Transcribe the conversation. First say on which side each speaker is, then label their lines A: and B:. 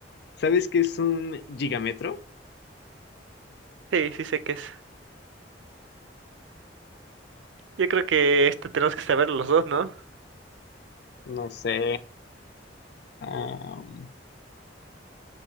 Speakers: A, on the left; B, on the right.
A: ¿sabes qué es un gigametro?
B: Sí, sí sé qué es. Yo creo que esto tenemos que saber los dos, ¿no?
A: No sé. am,